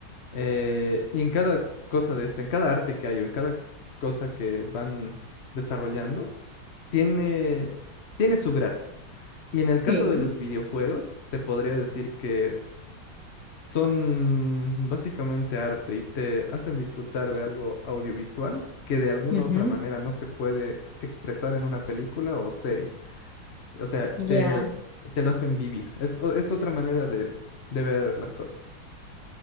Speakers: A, on the left (about 45°); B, on the left (about 65°).
A: eh, y en cada cosa de esta, en cada arte que hay o en cada cosa que van desarrollando, tiene, tiene su gracia. Y en el caso
B: Sí.
A: de los videojuegos, te podría decir que son básicamente arte y te hacen disfrutar de algo audiovisual que de alguna
B: ujú.
A: otra manera no se puede expresar en una película o serie. O sea,
B: Ya.
A: te, te lo hacen vivir. Es, o- es otra manera de, de ver las cosas.